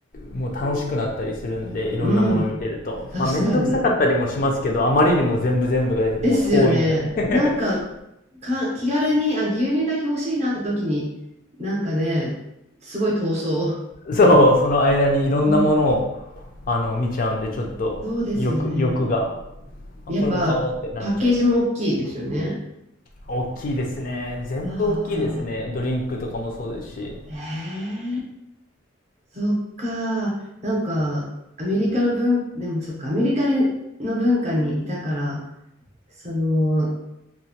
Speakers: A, on the left (about 40°); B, on the right (about 35°).
A: もう楽しくなったりするんで、いろんなもの見てると。
B: うん。確かに。
A: まあめんどくさかったりもしますけど、あまりにも全部全部がもう遠いんで。
B: ですよね。
A: <laughs>
B: なんか、か、気軽に、あ、牛乳だけ欲しいなって時に、なんかね、すごい闘争。
A: そう、その間にいろんなものを
B: うん。
A: あの見ちゃうんで、ちょっと欲、
B: そうですよね。
A: 欲が。あ、
B: やっぱ、
A: これも買おうってなっちゃったり。
B: パッケージも大きいですよね。
A: 大きいですね。全部大きいですね。
B: はあ。
A: ドリンクとかもそうですし。
B: ええそっか。なんか、アメリカの文、でもそっか、アメリカの文化にいたから、その、